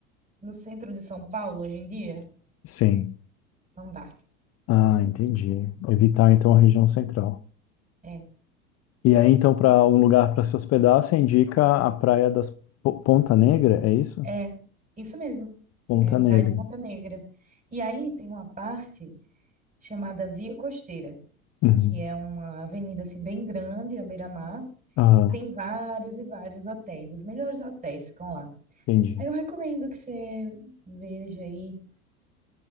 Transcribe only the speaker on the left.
sim.
Ah, entendi. Evitar, então, a região central.
E aí, então, para um lugar para se hospedar, você indica a Praia das Po- Ponta Negra, é isso?
Ponta
Negra.
Uhum.
Ah,
entendi.